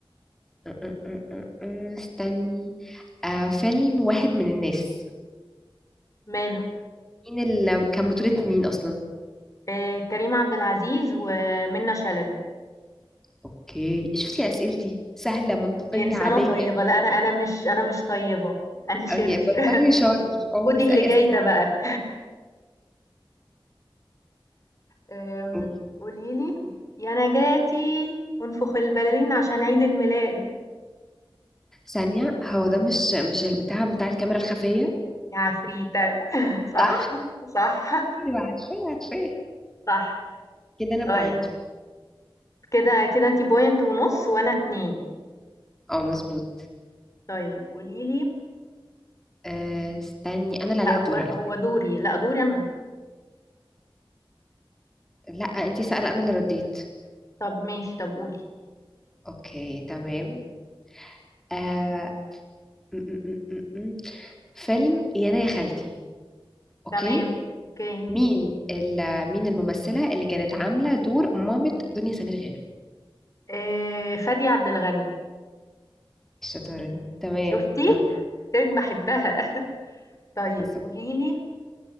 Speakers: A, in the centre; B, on the left.
A: أم- أم- أم- أم. استني آه فيلم واحد من الناس
B: ماله؟
A: مين اللي كان بطولة مين أصلا؟
B: آآ، كريم عبد العزيز ومنة شلبي.
A: أوكي شفتي أسئلتي سهلة منطقية
B: دي إنسانة
A: عادية
B: طيبة، لأ أنا أنا مش أنا مش طيبة، أنا شريرة
A: أي بطلي شر
B: <laughs>
A: أو
B: خدي
A: اسألي
B: اللي جاي
A: أسئلة
B: ده بقى. آمم،
A: عادية
B: قولي لي يا نجاتي انفخ البلالين عشان عيد الميلاد
A: ثانية هو ده مش مش البتاع بتاع الكاميرا الخفية
B: يا عفريتة <laughs> صح،
A: صح؟
B: صح،
A: أيوة عارفاه عارفاه
B: صح.
A: كده أنا بوينت
B: طيب كده كده أنتِ point ونُص وأنا 2.
A: أه مظبوط
B: طيب قولي لي
A: آه، استني أنا اللي عليا
B: لأ
A: الدور
B: هو
A: على
B: هو
A: فكرة
B: دوري، لأ دوري أنا.
A: لأ أنتي سألة أنا اللي رديت
B: طب ماشي، طب قولي.
A: أوكي تمام آه، م- م- م- م- م. فيلم يا أنا يا خالتي اوكي
B: تمام، أوكي.
A: مين ال- مين الممثلة اللي كانت عاملة دور مامة دنيا سمير غانم
B: آآ، فادية عبد الغني،
A: الشطارة دي تمام
B: شُفتِ؟
A: تمام
B: قُلت لِك باحبها. <laughs> طيب
A: بصت
B: قولي لي